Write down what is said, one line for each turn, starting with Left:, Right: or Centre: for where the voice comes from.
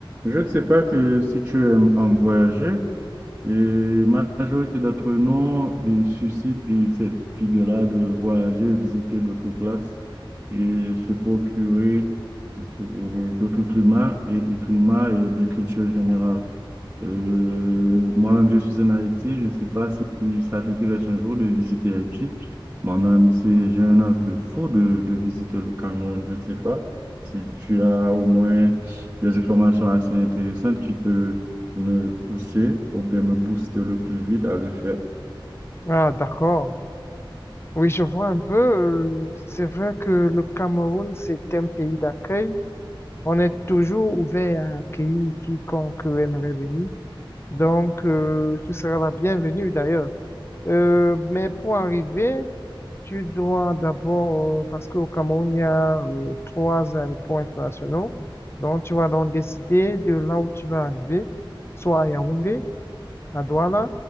Right: Je ne sais pas que si tu aimes euh, voyager, et la majorité d'entre nous ils suscitent et cette idée-là de voyager, visiter d'autres places et se procurer euh, d'autres climats et, et climats et de culture générale. Euh, moi-même, je suis en Haïti. Je ne sais pas si ça t'intéresse un jour de visiter Haïti. Moi-même, c'est, j'ai un envie de fou de, de visiter le Cameroun. Je ne sais pas si tu as au moins des informations assez intéressantes qui peuvent me pousser ou bien me booster le plus vite à le faire.
Left: Ah, d'accord. Oui, je vois un peu. euh, c'est vrai que le Cameroun, c'est un pays d'accueil. On est toujours ouvert à accueillir quiconque aimerait venir. Donc, euh, tu seras la bienvenue d'ailleurs. Euh, mais pour arriver, tu dois d'abord, euh, parce qu'au Cameroun, il y a euh, trois aéroports internationaux. Donc, tu vas donc décider de là où tu vas arriver, soit à Yaoundé, à Douala